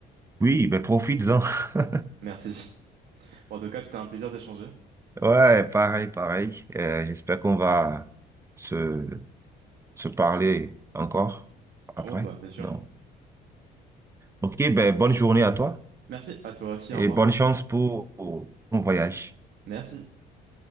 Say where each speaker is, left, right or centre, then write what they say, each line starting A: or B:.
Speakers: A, on the right; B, on the right.
A: Oui, ben profites-en. <laughs>
B: Merci. <laughs> Bon, en tout cas, c'était un plaisir d'échanger.
A: Ouais, pareil, pareil. Euh, j'espère qu'on va se, se parler encore après.
B: Oh, bah, c'est sûr.
A: Donc, ok, ben bonne journée à toi.
B: Merci à toi aussi.
A: et
B: Au revoir.
A: bonne chance pour pour ton voyage.
B: Merci.